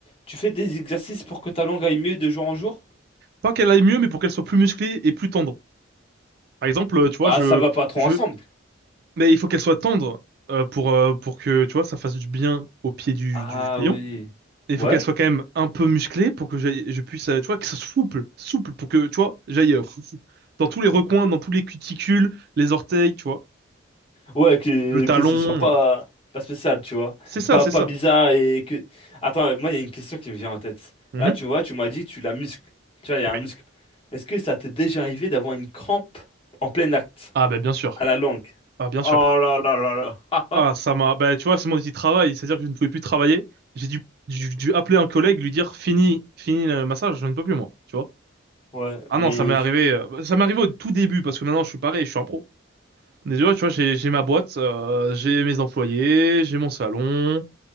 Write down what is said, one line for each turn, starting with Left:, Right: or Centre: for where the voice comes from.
Left: tu fais des exercices pour que ta langue aille mieux de jour en jour?
Right: Pas qu'elle aille mieux, mais pour qu'elle soit plus musclée et plus tendre. Par exemple, euh, tu vois,
Left: Bah,
Right: je,
Left: ça va pas trop
Right: je,
Left: ensemble.
Right: mais il faut qu'elle soit tendre euh, pour euh, pour que tu vois ça fasse du bien au pied du
Left: Ah
Right: du client.
Left: oui.
Right: Et il
Left: Ouais?
Right: faut qu'elle soit quand même un peu musclée pour que j'aille- je puisse, euh, tu vois, que ça soit souple, souple pour que tu vois j'aille euh, fou- fou- dans tous les recoins, dans tous les cuticules, les orteils, tu vois,
Left: Ouais, que,
Right: le talon.
Left: que ce soit pas,
Right: euh.
Left: pas spécial, tu vois.
Right: C'est ça,
Left: Pas,
Right: c'est
Left: pas
Right: ça.
Left: bizarre et que... Attends, moi, il y a une question qui me vient en tête.
Right: Mhm.
Left: Là, tu vois, tu m'as dit, tu la muscles. Tu vois, il y a un
Right: Oui.
Left: muscle. Est-ce que ça t'est déjà arrivé d'avoir une crampe en plein acte,
Right: Ah bah bien sûr.
Left: à la langue?
Right: Ah bien
Left: Oh
Right: sûr.
Left: là là là là.
Right: Ah ça m'a, bah tu vois, c'est mon petit travail, c'est-à-dire que je ne pouvais plus travailler. J'ai dû, dû, dû appeler un collègue, lui dire fini, fini le massage, je ne peux plus moi, tu vois.
Left: <laughs> Ouais,
Right: Ah
Left: mais...
Right: non, ça m'est arrivé, euh, ça m'est arrivé au tout début parce que maintenant je suis pareil, je suis un pro. Déjà, tu vois, j'ai j'ai ma boîte, euh, j'ai mes employés, j'ai mon salon.